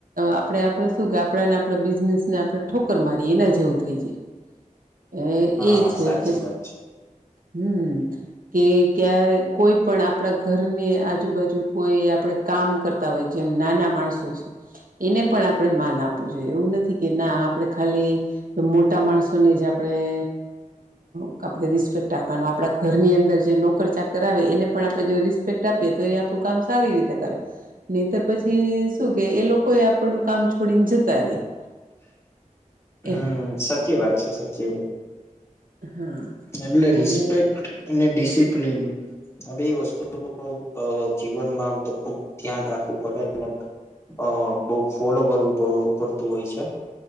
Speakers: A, on the right; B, on the left.
A: આપણે આપણે શું કે આપણાને આપણે બિઝનેસને આપણે ઠોક્કર મારી એના જેવું થઈ જાય
B: હા
A: એ છે
B: સાચી
A: કે
B: વાત
A: હમ કે ક્યારે કોઈ પણ આપડા ઘરની આજુબાજુ કોઈ કામ કરતા હોય જેમ નાના માણસો છે એને પણ આપણે માન આપવું જોઈએ એવું નથી કે ના આપડે ખાલી મોટા માણસોની જ આપડણે અ આપણે રિસ્પેક્ટ આપવાનો આપણા ઘરની અંદર જે નોકર ચાકર આવે એને પણ આપણે જો રિસ્પેક્ટ આપીએ તો એ આપું કામ સારી રીતે કરે નહીતર પછી શું કે એ લોકો એ આપણું કામ છોડીને જતા રે. <inaudible>
B: હમ
A: એમ
B: સાચી વાત છે સાચી વાત.
A: હા.
B: એટલે
A: અને
B: રિસ્પેક્ટ અને ડિસિપ્લીન હ બે વસ્તુ તો જીવનમાં આમ તો ખુબ ધ્યાન રાખવું પડે. અ બહુ ફોલો કરવું પ પડતું હોય છે.